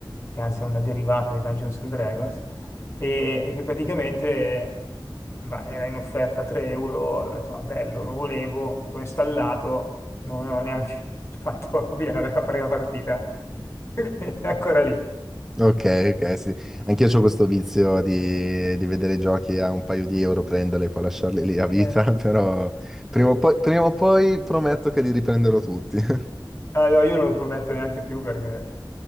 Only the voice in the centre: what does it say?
Ok, ok, sì. Anch'io
ho questo vizio di, di vedere giochi a un paio di euro, prenderli e poi lasciarli lì a
vita, <laughs> però prima
o poi,
prima
o poi prometto che li riprenderò tutti. <laughs>